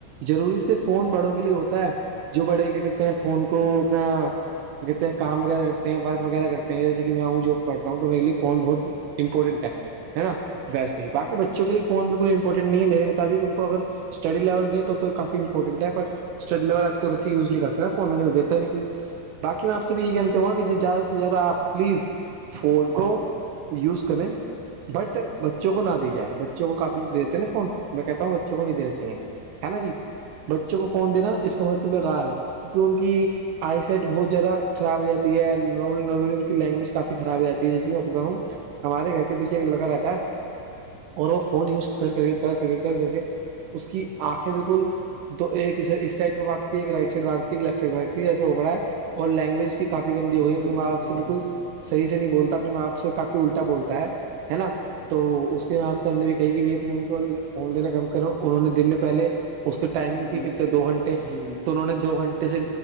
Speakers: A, on the right (about 80°); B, on the right (about 15°).
A: ضروری سے فون بڑوں کے لیے ہوتا ہے جو بڑے کیا کہتے ہیں فون کو اپنا کہتے ہیں کام وغیرہ کرتے ہیں ورک وغیرہ کرتے ہیں جیسے کہ میں آؤں جاب کرتا ہوں تو میرے لیے فون بہت امپورٹنٹ ہے نا ویسے ہی باقی بچوں کے لیے فون بالکل امپورٹنٹ نہیں ہے میرے مطابق ان کو اگر اسٹی لیول دیں تو کافی امپورٹنٹ ہے پر اسٹی لیول آج کل بچے یز نہیں کرتے نا فون انہیں بھی دیتے ہی نہیں کوئی بای میں آپ سے بھی یہی کہنا چاہوں گا کہ زیادہ سے زیادہ آپ پلیز فورون کوو یوز کر بٹ بچوں کو نہ دی جائے بچوں کو کافی لوگ دیتے نا فون میں کہتا ہوں بچوں کو نہیں دینا چاہیے ہے نا جی بچوں کو فون دینا اس کا مطلب بےیکار ہے کیونکہ ان کی آئی سیٹ بہت زیادہ خراب ہو جاتی ہے نارم نارملی ان کی لینگویج کافی خراب ہو جاتی ہے جیسے میں بتا ہوں ہمارے گھر کے پیچھے ایک لگا رہتا اور وہ فون یوز کر کر کے کر کے کر کر کے اس کی آنکھیں بالکل دو ایک اس سائڈ کو بھاگتی ایک رائٹ سائڈ بااتتی ہے ل لیفٹ سائڈ باگتی ہے ایسا ہو پڑا ہے اور لینگویج اس کی کافی گی ہوئی
B: جی
A: ہے
B: بالکل
A: اپنے باپ
B: صحیح فرما
A: سے بالکل
B: رہے ہیں
A: صحی سے نہیں بولتا اپنے ماںپ سے کافی الٹا بولتا ہے ہے نا تو اس کے آپ سے ہم نے بھی کہی کہ بھائی اپنے ان کو فون دینا کم کرے انہوں نے دن میں پہلے اس کی ٹائمنگ
B: جی
A: تھی
B: جی
A: کتنے دو گھنٹے
B: جی
A: تو انہوں نے دو گھنٹے گھے سے